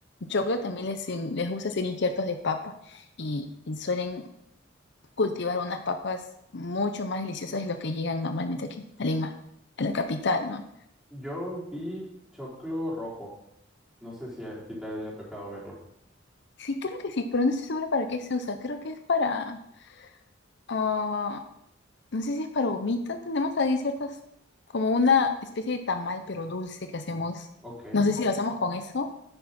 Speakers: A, on the left; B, in the centre.
A: choclo, también les, en- les gusta hacer injertos de papa y, y suelen cultivar unas papas mucho más deliciosas de lo que llegan normalmente aquí, a Lima, a la capital, ¿no?
B: Yo vi choclo rojo. No sé si a ti te haya tocado verlo.
A: Sí, creo que sí, pero no estoy segura para qué se usa. Creo que es para... ah, No sé si es para humita, tenemos ahí ciertas, como una especie de tamal, pero dulce que hacemos.
B: Ok.
A: No sé si lo hacemos con eso,